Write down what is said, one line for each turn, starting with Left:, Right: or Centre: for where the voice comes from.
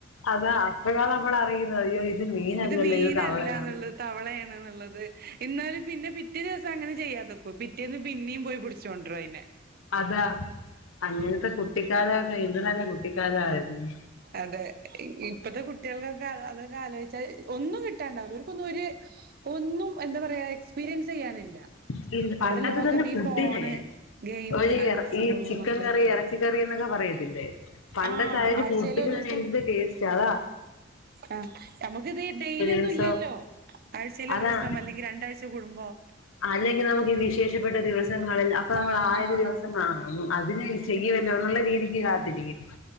Left: അതാ അപ്പള അമ്മൾ അറയിക്കുന്നത് അറിയ്യോ ഇത് മീനല്ലല്ലോ
Right: മീനല്ല
Left: ഇത് തവളയാണ്
Right: എന്നുള്ളത് തവളയാണ് എന്നുള്ളത് എന്നാലും പിന്നെ പിറ്റേ ദിവസം അങ്ങനെ ചെയ്യാതക്കോ പിറ്റേന്ന് പിന്നെയും പോയി ഒണ്ടര അതിനെ
Left: അതാ അങ്ങനത്തെ കുട്ടിക്കാലൊക്കെ ഇന്ത് നല്ല കുട്ടിക്കാലയിരുന്നു
Right: അതെ ഇപ്പഴത്തെ കുട്ടികൾക്കൊക്കെ അതൊക്കെ ആലോചിച്ചാൽ ഒന്നും കിട്ടാണ്ടാവില്ല അവർക്കൊന്നും ഒരു ഒന്നും എന്താ പറയാ എക്സ്പീരിയൻസ് ചെയ്യാനില്ല
Left: പിന്ന പണ്ടത്തെ
Right: ഓരെ ലോകം
Left: തന്നെ ഫുഡിനെ
Right: ഈ ഫോണ് ഗെയിം
Left: ഒഴിറ
Right: അങ്ങനത്തെ
Left: ഈ
Right: സംഭവങ്ങൾ
Left: ചിക്കൻ
Right: മാത്രേ
Left: കറി ഇറ പച്ച കറി എന്നൊക്കെ പറയത്തില്ലേ പണ്ടത്തൊയരു
Right: ആഹ് ആഴ്ചയിൽ
Left: ഫുഡ
Right: ഒരു ദിവസം
Left: ടേസ്റ്റാതാ
Right: ആഹ് നമുക്കിത് ഡെയിലി ഒന്നും
Left: ദിവസം
Right: ഇല്ലല്ലോ ആഴ്ചൽ
Left: അതാ
Right: ഒരു ദിവസം അല്ലെങ്കിൽ രണ്ടാഴ്ച കുടുംബോ
Left: അല്ലെങ്കിൽ നമുക്ക് വിശേഷപ്പെട്ട ദിവസങ്ങളിൽ അപ്പൊ നമ്മൾ
Right: ആഹ്
Left: ആയുരു
Right: ആഹ്
Left: ദിവസം
Right: ആഹ്
Left: വാങ്ങും അതിന് ചെയ്യ വല്ല എന്നുള്ള രീതിക്ക് കാത്തിരിക്കും